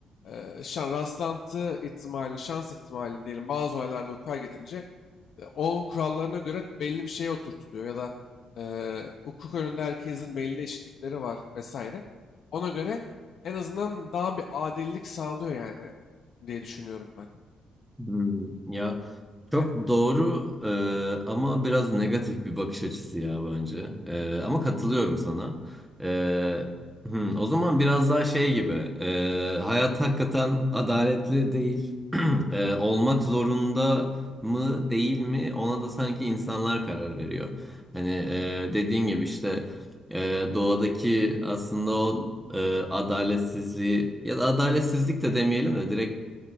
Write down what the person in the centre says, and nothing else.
Hmm, ya çok
doğru e, ama biraz negatif bir bakış açısı ya bence. E, ama katılıyorum sana. E, hmm, o zaman biraz daha şey gibi e, hayat hakikaten adaletli değil. E, olmak zorunda mı değil mi ona da sanki insanlar karar veriyor. Hani e, dediğin gibi işte e, doğadaki aslında o e, adaletsizliği ya da adaletsizlik de demeyelim de direkt